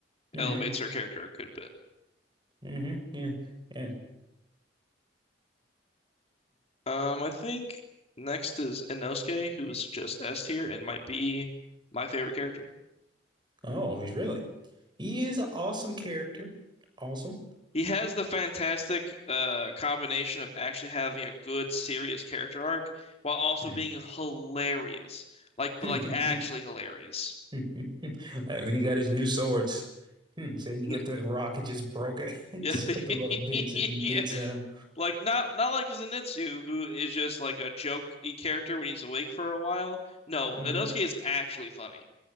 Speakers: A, on the right (about 25°); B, on the left (about 35°).
A: hmm
B: elevates her character a good bit.
A: hmm yeah, yeah.
B: Um, I think next is Inosuke, who's just S tier and might be my favorite character.
A: Oh, he's really. He is an awesome character. Awesome.
B: He has the fantastic uh, combination of actually having a good, serious character arc while also
A: Hmm.
B: being hilarious. Like,
A: <laughs>
B: but like actually hilarious.
A: Like, When he got his new swords. Hmm. So you
B: N-
A: get the rock and just broke it. <laughs>
B: yeah.
A: Just
B: <laughs>
A: put the little dents and
B: Yeah.
A: dents in him.
B: Like not not like Zenitsu, who is just like a jokey character when he's awake for a while. No,
A: Mm-hmm.
B: Inosuke is actually funny.